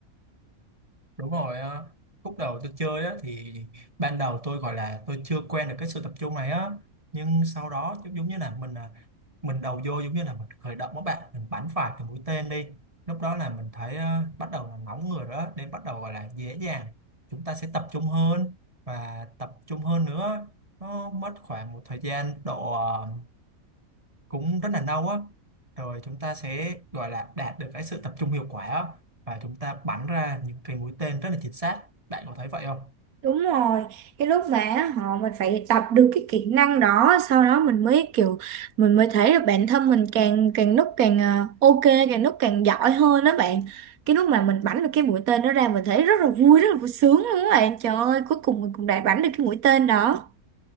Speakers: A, on the right (about 25°); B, on the right (about 75°).
A: Đúng rồi á. Khúc đầu tôi chơi á thì ban đầu tôi gọi là tôi chưa quen được cái sự tập trung này á nhưng sau đó giống giống như là mình à, mình đầu vô giống như là mình khởi động các bạn mình bắn phải cái mũi tên đi lúc đó là mình thấy à, bắt đầu là nóng người rồi đó nên bắt đầu gọi là dễ dàng chúng ta sẽ tập trung hơn và tập trung hơn nữa nó mất khoảng một thời gian độ à, cũng rất là lâu á rồi chúng ta sẽ gọi là đạt được cái sự tập trung hiệu quả á và chúng ta bắn ra những cái mũi tên rất là chính xác bạn có thấy vậy không
B: Đúng rồi, cái lúc mà họ mình phải tập được cái kỹ năng đó sau đó mình mới kiểu mình mới thấy được bản thân mình càng càng lúc càng ờ, ok càng lúc càng giỏi hơn đó bạn cái lúc mà mình bắn được cái mũi tên đó ra mình thấy rất là vui rất là vui sướng luôn đó bạn trời ơi cuối cùng mình cũng đã bắn được cái mũi tên đó